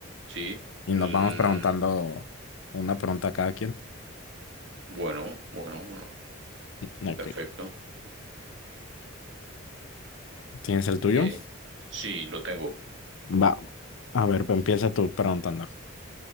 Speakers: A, on the right (about 60°); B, on the left (about 70°).
A: sí.
B: y
A: Mm,
B: nos vamos preguntando una pregunta a cada quien.
A: bueno, bueno, bueno.
B: Mm,
A: Perfecto.
B: Ok. ¿Tienes el tuyo?
A: Eh, sí, lo tengo.
B: Va. A ver, pues empieza tú preguntando.